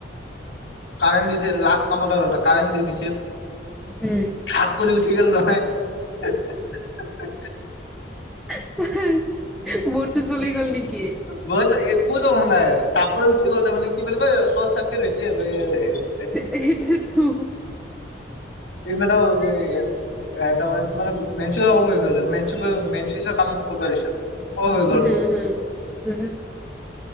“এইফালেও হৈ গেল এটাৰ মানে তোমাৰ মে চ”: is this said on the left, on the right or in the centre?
Left